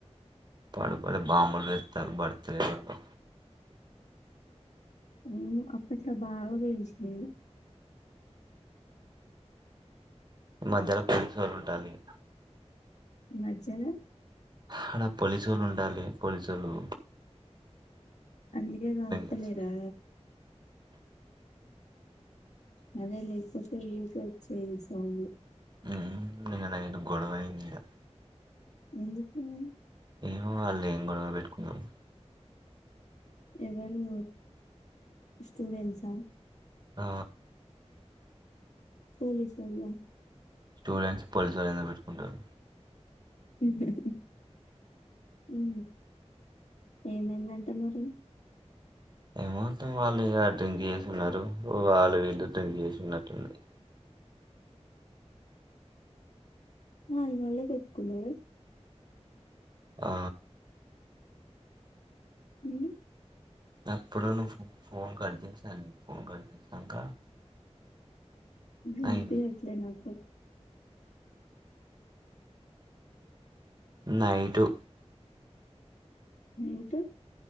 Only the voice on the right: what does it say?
పడుకోలే బాంబులు పేల్తన్లు బర్త్‌డేలకు
మధ్యలో పోలీసోల్లు ఉంటరు ఇడ
ఆడ పోలిసోలు ఉంటల్లే పోలిసోల్లు
చేస్తారు
హ్మ్ నిన్న నైట్ గొడవ అయింది ఇడ
ఏమో వాళ్ళు ఏం గొడవ పెట్టుకున్నారో
ఆ
స్టూడెంట్స్ పోలీసోల్లు ఎందుకు పెట్టుకుంటరు.
ఏమంటే వాళ్ళు ఇగ డ్రింక్ చేసినరూ వాళ్ళు వీళ్ళు డ్రింక్ చేసినట్టున్నరు.
ఆ
అప్పుడు నువ్వు ఫోన్ కట్ చేసిన ఫోన్ కట్ చేసినంక
అయింది
నైటు